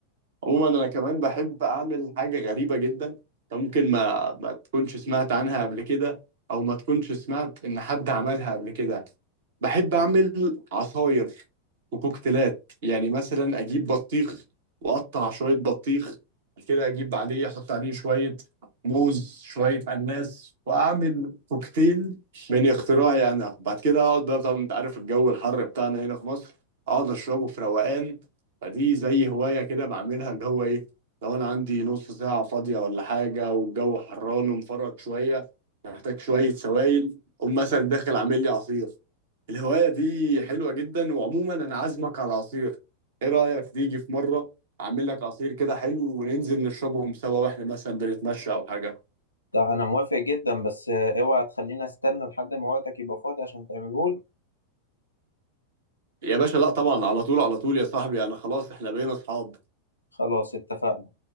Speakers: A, on the right (about 55°); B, on the left (about 85°).
A: عموما انا كمان بحب اعمل حاجه غريبه جدا أنت ممكن ما ما تكونش سمعت عنها قبل كده او ما تكونش سمعت ان حد عملها قبل كده بحب اعمل عصاير وكوكتيلات يعني مثلا اجيب بطيخ واقطع شويه بطيخ كده اجيب عليه احط عليه شويه موز شويه اناناس واعمل كوكتيل من اختراعي انا بعد كده اقعد بقى طبعا انت عارف الجو الحر بتاعنا هنا في مصر اقعد اشربه في روقان فدي زي هواية كده بعملها اللي هو إيه لو أنا عندي نص ساعة فاضية ولا حاجة والجو حران ومفرط شوية محتاج شوية سوائل أقوم مثلا داخل عامل لي عصير الهواية دي حلوة جدا وعموما أنا عازمك على عصير إيه رأيك تيجي في مرة أعمل لك عصير كده حلو وننزل نشربهم سوا وإحنا مثلا بنتمشى أو حاجة
B: ده أنا موافق جدا بس آه، أوعى تخليني أستنى لحد ما وقتك يبقى فاضي عشان تعملهولي
A: يا باشا لا طبعا على طول على طول يا صاحبي أنا خلاص إحنا بقينا أصحاب
B: خلاص اتفقنا.